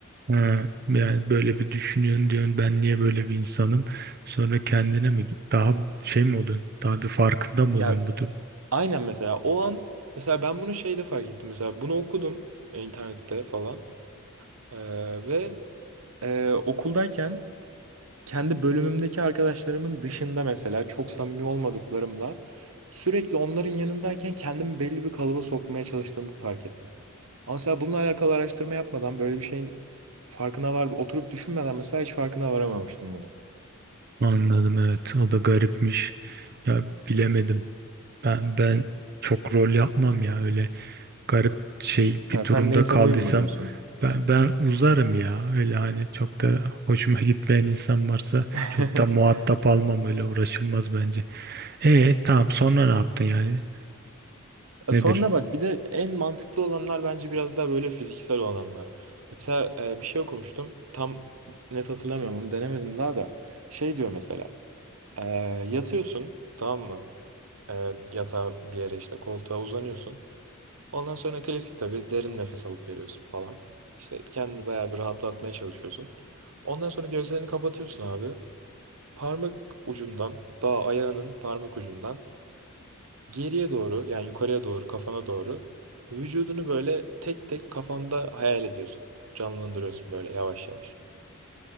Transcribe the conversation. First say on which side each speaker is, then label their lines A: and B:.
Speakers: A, on the right; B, on the right.
A: Ha, yani böyle bir düşünüyorsun diyorsun ben niye böyle bir insanım? Sonra kendine mi daha şey mi oluyorsun? Daha bir farkında mı
B: Ya
A: oluyorsun bu durum?
B: aynen mesela o an mesela ben bunu şeyde fark ettim. Mesela bunu okudum e, internette falan Ee, ve e, okuldayken kendi bölümümdeki arkadaşlarımın dışında mesela çok samimi olmadıklarımla sürekli onların yanındayken kendimi belli bir kalıba sokmaya çalıştığımı fark ettim. Ama mesela bununla alakalı araştırma yapmadan böyle bir şeyin farkına var, oturup düşünmeden mesela hiç farkına varamamıştım bunu.
A: Anladım evet. O da garipmiş. Ya bilemedim. Ben ben çok rol yapmam ya öyle. garip şey
B: Ya
A: bir durumda
B: sen neysem
A: kaldıysam
B: oyun mu diyorsun?
A: ben, ben uzarım ya. Öyle hani çok da hoşuma gitmeyen insan varsa
B: <laughs>
A: çok da muhatap almam öyle uğraşılmaz bence. E tamam sonra ne yaptın yani?
B: Ya
A: Nedir?
B: Sonra bak bir de en mantıklı olanlar bence biraz daha böyle fiziksel olanlar. Mesela e, bir şey okumuştum. Tam net hatırlamıyorum onu denemedim daha da. Şey diyor mesela. e, yatıyorsun tamam mı? e, yatağa bir yere işte koltuğa uzanıyorsun. Ondan sonra klasik tabii derin nefes alıp veriyorsun falan. İşte kendini bayağı bir rahatlatmaya çalışıyorsun. Ondan sonra gözlerini kapatıyorsun abi. Parmak ucundan, daha ayağının parmak ucundan geriye doğru yani yukarıya doğru kafana doğru vücudunu böyle tek tek kafanda hayal ediyorsun. Canlandırıyorsun böyle yavaş yavaş.